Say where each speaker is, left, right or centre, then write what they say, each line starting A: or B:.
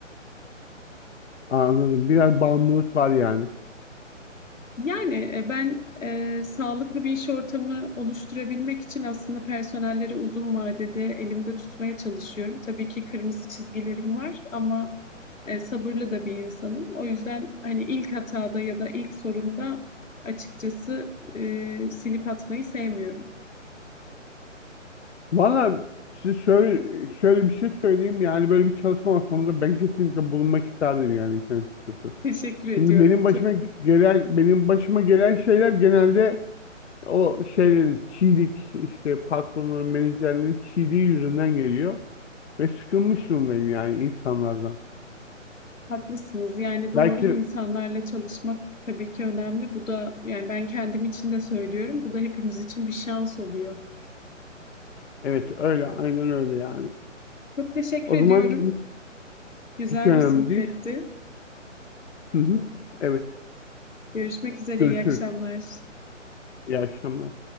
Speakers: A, on the left; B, on the left.
A: Anladım. Biraz bağımlılık var yani.
B: Yani e, ben e, sağlıklı bir iş ortamı oluşturabilmek için aslında personelleri uzun vadede elimde tutmaya çalışıyorum. Tabii ki kırmızı çizgilerim var ama e, sabırlı da bir insanım. O yüzden hani ilk hatada ya da ilk sorunda açıkçası e, silip atmayı sevmiyorum.
A: Valla size şöyle, şöyle bir şey söyleyeyim yani böyle bir çalışma ortamında ben kesinlikle bulunmak isterdim yani işin açıkçası.
B: Teşekkür ediyorum.
A: Çünkü benim başıma
B: Çok
A: gelen benim başıma gelen şeyler genelde o şeylerin çiğlik işte patronların menajerlerin çiğliği yüzünden geliyor ve sıkılmış durumdayım yani insanlardan.
B: haklısınız. Yani doğru
A: Belki
B: insanlarla çalışmak tabii ki önemli. Bu da yani ben kendim için de söylüyorum. Bu da hepimiz için bir şans oluyor.
A: Evet öyle aynen öyle yani.
B: Çok teşekkür
A: O
B: ediyorum.
A: zaman
B: Güzel
A: hiç önemli
B: bir sohbetti.
A: değil. Hı hı. Evet
B: Görüşmek üzere.
A: görüşürüz.
B: İyi akşamlar.
A: İyi akşamlar.